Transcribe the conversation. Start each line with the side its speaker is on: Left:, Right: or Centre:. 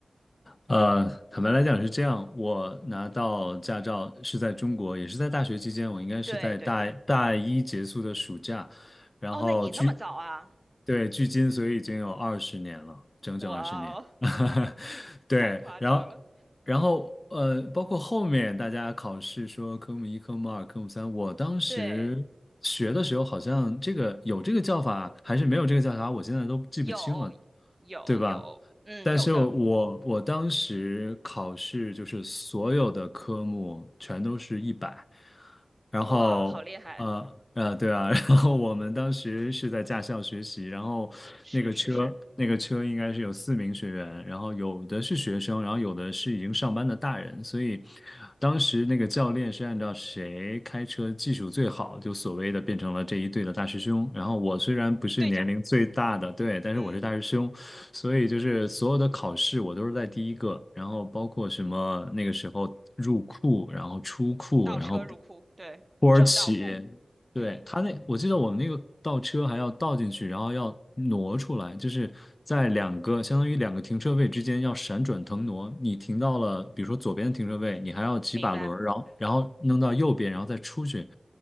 Left: 呃，坦白来讲是这样，我拿到驾照是在中国，也是在大学期间，我应该是在大大一结束的暑假，
Right: 对对对，
Left: 然后距，
Right: 哦，那你那么早啊？
Left: 对，距今所以已经有二十年了，整整二十年。
Right: 哇哦，
Left: <laughs> 对，
Right: 太夸张了。
Left: 然后，然后呃，包括后面大家考试说科目一、科目二、科目三，我当时学的时候好像这个有这个叫法，
Right: 对，
Left: 还是没有这个叫法，我现在都记不清了。
Right: 有有有，
Left: 对吧？
Right: 嗯，
Left: 但是我我当时考试就是所有的科目全都是一百，
Right: 有的，
Left: 然后呃呃对啊，
Right: 哇，好厉害，
Left: <laughs> 然后我们当时是在驾校学习，然后那个车那个车应该是有四名学员，
Right: 是是是，
Left: 然后有的是学生，然后有的是已经上班的大人，所以当时那个教练是按照谁开车技术最好，就所谓的变成了这一队的大师兄。然后我虽然不是年龄最大的，
Right: 队长，
Left: 对，但是我是大师兄。
Right: 嗯，
Left: 所以就是所有的考试我都是在第一个，然后包括什么那个时候入库，然后出库，
Right: 倒车入库，
Left: 然后
Right: 对，
Left: 土耳其，
Right: 正倒库，
Left: 对，
Right: 嗯，
Left: 他那，我记得我们那个倒车还要倒进去，然后要挪出来，就是在两个相当于两个停车位之间要闪转腾挪。你停到了，比如说左边的停车位，你还要几把轮儿，
Right: 明白。
Left: 然后然后弄到右边，然后再出去。